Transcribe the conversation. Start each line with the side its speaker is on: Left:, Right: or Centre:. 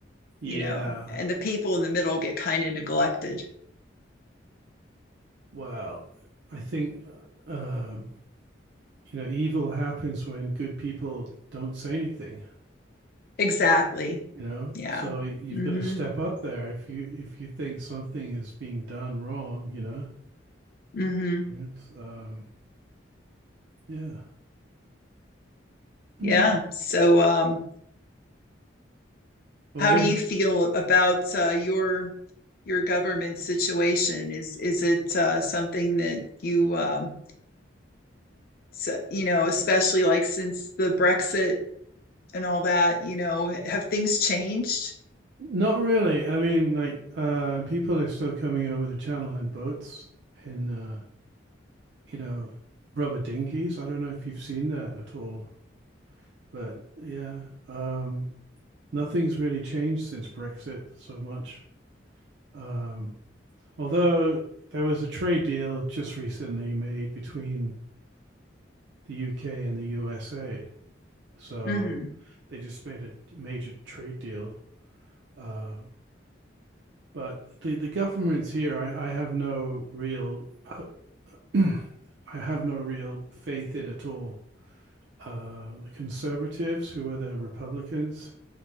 Right: yeah
Left: you know, and the people in the middle get kind of neglected.
Right: well i think uh, um you know evil happens when good people don't say anything
Left: Exactly.
Right: you know
Left: Yeah.
Right: so you've
Left: hmm
Right: got to step up there if you if you think something is being done wrong you know
Left: hmm
Right: yes um yeah Mm.
Left: Yeah. So, um,
Right: well
Left: how
Right: we
Left: do you feel about uh, your your government situation? Is is it uh, something that you um, s- you know, especially like since the Brexit and all that, you know, have things changed?
Right: not really i mean like uh people are still coming over the channel in boats in uh you know rubber dinghies i don't know if you've seen that at all but yeah um nothing's really changed since brexit so much um although there was a trade deal just recently made between the UK and the USA. So
Left: Mhm,
Right: they just made a major trade deal. Uh, but the, the governments here, I, I have no real, <clears throat> I have no real faith in at all. Uh, the conservatives, who were the Republicans,